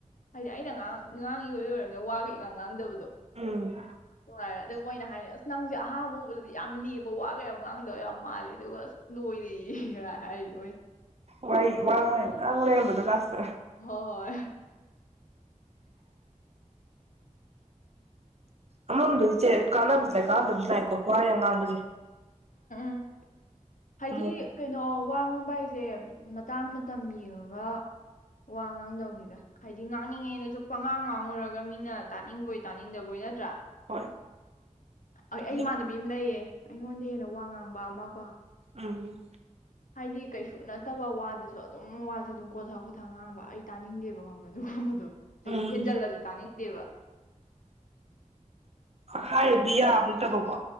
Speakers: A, on the left; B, on the right.
A: ꯍꯥꯏꯗꯤ ꯑꯩꯅꯥ ꯉꯥꯡ ꯉꯥꯡ ꯏꯑꯣꯏ ꯑꯣꯔꯃꯤꯅ ꯋꯥꯒ ꯏꯉꯥꯡ ꯉꯥꯡꯗꯕꯗꯣ
B: ꯎꯝ
A: ꯅꯨꯡꯉꯥꯏꯔꯦ ꯑꯗꯨꯒ ꯃꯣꯏꯅ ꯍꯥꯏꯅꯦ ꯑꯁ ꯅꯪꯖꯦ ꯑꯍꯥꯥꯟꯕ ꯎꯕꯗꯗꯤ ꯌꯥꯝ ꯂꯦꯝꯕ ꯋꯥꯒ ꯌꯥꯝ ꯉꯥꯡꯗꯕ ꯌꯥꯝ ꯃꯥꯜꯂꯦ ꯑꯗꯨꯒ ꯑꯁ ꯂꯣꯏꯔꯦꯌꯦ ꯒ ꯍꯥꯏꯔꯤ ꯃꯣꯏ
B: ꯋꯣꯏ ꯋꯥꯒ ꯏꯉꯥꯡ ꯂꯩꯔꯝꯕꯗꯣ ꯂꯥꯁꯇ
A: ꯍꯣꯍꯣꯏ
B: ꯑꯃꯔꯣꯝꯗꯗꯤ ꯆꯦ ꯀꯥꯟꯅꯕꯁꯨ ꯂꯛꯏ ꯀꯥꯟꯅꯗꯕꯁꯨ ꯂꯏꯀꯣ ꯋꯥ ꯌꯥꯝ ꯉꯥꯡꯕꯖꯤ
A: ꯎ ꯍꯥꯏꯗꯤ
B: ꯑꯃꯨꯛ
A: ꯀꯩꯅꯣ ꯋꯥ ꯉꯥꯡꯕ ꯍꯥꯏꯖꯦ ꯃꯇꯥꯡ ꯃꯇꯝ ꯌꯦꯡꯉꯒ ꯋꯥ ꯉꯥꯡꯗꯧꯅꯤꯗ ꯍꯥꯏꯗꯤ ꯉꯥꯡꯅꯤꯡꯉꯦꯅꯖꯨ ꯄꯉꯥꯡ ꯉꯥꯡꯉꯨꯔꯒ ꯃꯤꯅ ꯇꯥꯅꯤꯡꯕꯣꯏ ꯇꯥꯅꯤꯡꯗꯕꯣꯏ ꯅꯠꯇ꯭ꯔꯥ
B: ꯍꯣꯏ
A: ꯑꯩ
B: ꯑꯗꯨꯝ
A: ꯏꯃꯥꯟꯅꯕꯤꯝꯃ ꯂꯩꯌꯦ ꯑꯩꯉꯣꯟꯗ ꯍꯦꯟꯅ ꯋꯥ ꯉꯥꯡꯕ ꯑꯃ ꯀꯣ
B: ꯎꯝ
A: ꯍꯥꯏꯗꯤ ꯀꯩꯁꯨ ꯅꯠꯇꯕ ꯋꯥꯗꯁꯨ ꯑꯗꯨꯝ ꯋꯥꯁꯦ ꯑꯗꯨꯝ ꯀꯣꯊ ꯀꯣꯊ ꯉꯥꯡꯕ ꯑꯩ ꯇꯥꯅꯤꯡꯗꯦꯕ ꯈꯪꯕ꯭ꯔꯥ ꯑꯗꯨꯒꯨꯝꯕꯗꯣ ꯍꯥꯏꯗꯤ
B: ꯎꯝ
A: ꯍꯦꯟꯖꯜꯂꯁꯖꯨ ꯇꯥꯅꯤꯡ ꯗꯦꯕ
B: ꯍꯥꯏꯔꯨꯕꯗꯤ ꯌꯥꯕ ꯅꯇꯕꯀꯣ